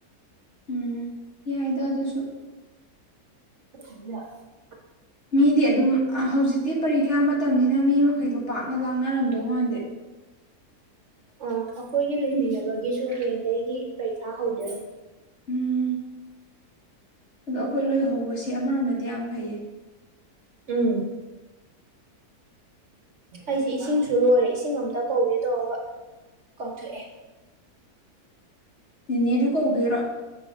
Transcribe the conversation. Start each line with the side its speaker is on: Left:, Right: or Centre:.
Left: ꯎꯝ ꯌꯥꯏꯗ ꯑꯗꯨꯁꯨ
Right: <unintelligible>
Left: ꯃꯤꯗꯤ ꯑꯗꯨꯝ ꯑ ꯍꯧꯖꯤꯛꯇꯤ ꯄꯔꯤꯈ꯭ꯌꯥ ꯃꯇꯝꯅꯤꯅ ꯃꯤ ꯃꯈꯩꯗꯣ ꯄꯥꯛꯅ ꯂꯥꯡꯅꯔꯝꯗꯧ ꯃꯥꯟꯗꯦ
Right: ꯑꯥ ꯑꯈꯣꯏꯒꯤ ꯂꯩꯃꯤꯟꯅꯕꯒꯤꯁꯨ ꯍꯌꯦꯡꯗꯩꯒꯤ ꯄꯔꯤꯈꯥ ꯍꯧꯗꯣꯏꯅꯦ
Left: ꯎꯝ ꯑꯗꯣ ꯑꯩꯈꯣꯏ ꯂꯣꯏ ꯍꯧꯕꯁꯤ ꯑꯃꯔꯣꯝꯗꯗꯤ ꯌꯥꯝ ꯐꯩꯌꯦ
Right: ꯎꯝ ꯑꯩꯖ ꯏꯁꯤꯡꯁꯨ ꯂꯣꯏꯔꯦ ꯏꯁꯤꯡ ꯑꯝꯇ ꯀꯧꯒꯦ ꯇꯧꯔꯒ ꯀꯥꯎꯊꯣꯛꯑꯦ
Left: ꯅꯦꯅꯦꯗꯨ ꯀꯧꯗꯣꯏꯔꯣ